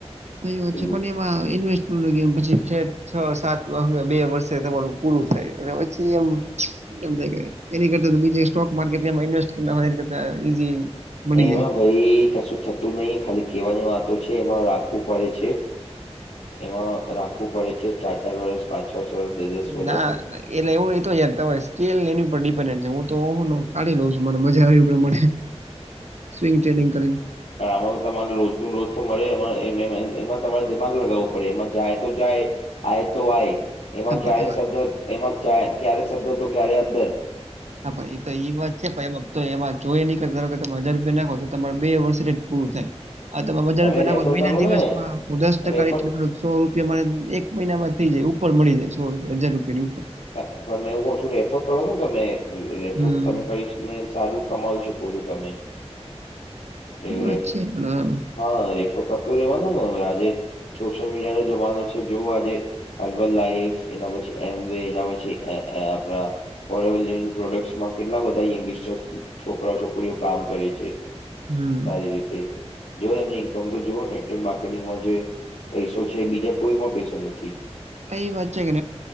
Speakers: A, on the right; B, on the left.
A: નહીં વચ્ચે
B: એવું
A: પણ એ એમાં ઇન્વેસ્ટ <unintelligible> પછી છે છ સાત <unintelligible> બે વર્ષે તમારું પૂરું થાય. એ <inaudible> વચી એમ. એમ થાય કે એની કરતા તો બીજે સ્ટોક માર્કેટ ત્યાં માં ઈન્વેસ્ટ કરના હોય એના કરતા ઈઝી. મળી
B: એમાં
A: જાય.
B: ભઈ કશું થતું નહી ખાલી કેવાની વાતો છે એમાં રાખવું પડે છે. એમાં રાખવું પડે છે ચાર-ચાર વરસ પાંચ- પાંચ વર દ- દસ વરષ.
A: ના એટલે એવું નઇ તો અડધા હોય સ્કિલ એની ઉપર ડિપેડન છે હું તો હું કાઢી લઉં છું મને મજા આવે એ પ્રમાણે. સ્વિંગ ચેડિંગ
B: હમ
A: કરીને.
B: પણ આમાં તો તમારે રોજ નો રોજ તો મળે એમાં એમ-એમ એ એમાં તમારે દિમાગ લગાવવું પડે એમાં જાય તો જાય. આ એ તો આય એમાં
A: હા
B: ક્યારે
A: પણ
B: સ્ધર તો એમાં ત્યાંય ક્યારે સ્ધર તો ક્યારે અધ્ધર.
A: હાં <unintelligible> તો એઈ વાત છેે પ એમાં તો એમાં જોઈ નીક ધારો કે તમે હજાર રૂપિયા નાખો તો તમાર બે વર્ષ ઠેઠ જ પૂરું થાય. હાં તમેં વધારે
B: તમે
A: રૂપિયા
B: રેફર
A: નાંખો મહિના
B: કરો
A: દિવસમાં
B: ને
A: હું દસ ટકા
B: રેફર
A: એટલું <unintelligible> સો રૂપિયા મળે એક મહિનામાં થઈ જાય ઉપર મળી જાય સો રૂપિયા હજાર રૂપિયાની ઉપર.
B: તાર પણ મેં એવું ઓછું રેફર કરો ને તમે રેફર
A: હમ
B: તમે કરીશ ને સારું. કમાવી શકો છો તમે. એ રેફર
A: અછી આપણા
B: હા રેફર કરતું રેવાનું ને હવે આજે. સોશિયલ મીડિયાનો જમાનો છે જો આજે હર્બલ લાઈવ. એના પછી એમ વે એના પછી અઅ આપણા ફોર એવર લિવિંગ પ્રોડક્ટમાં કેટલા બધા યંગિસ્ટર્સ છોકરા છોકરીઓ કામ કરે છે.
A: હમ
B: સારી રીતે જો એમની ઈન્કમ તો જોવ નેટવર્ક માર્કેટિંગમાં જો પૈસો છે બીજા કોઈમાં પૈસો નથી
A: એ વાત છે કે